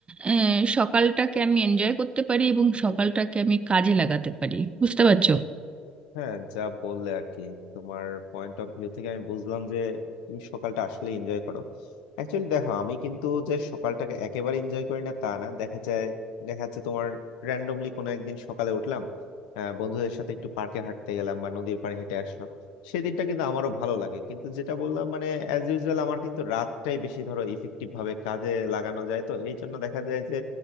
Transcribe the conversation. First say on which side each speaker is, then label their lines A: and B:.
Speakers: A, on the right; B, on the left.
A: আহ, সকালটাকে আমি এনজয় করতে পারি এবং সকালটাকে আমি কাজে লাগাতে পারি বুঝতে পারছো
B: হ্যাঁ যা বললে আর কি তোমার পয়েন্ট অফ ভিউ থেকে আমি বুঝলাম যে তুমি সকালটা আসলে এনজয় করো অ্যাকচুয়ালি দেখো আমি কিন্তু যে সকালটাকে একেবারে এনজয় করি না তা না দেখা যায় দেখা যাচ্ছে তোমার র্যান্ডমলি কোনো একদিন সকালে উঠলাম আহ, বন্ধুদের সাথে একটু পার্কে হাঁটতে গেলাম বা নদীর পাড়ে হেঁটে আসলাম সেদিনটা কিন্তু আমারও ভালো লাগে কিন্তু যেটা বললাম মানে অ্যাজ ইউজুয়াল আমার কিন্তু রাতটাই বেশি ধরো ইফেক্টিভ ভাবে কাজে লাগানো যায় তো এই জন্য দেখা যায় যে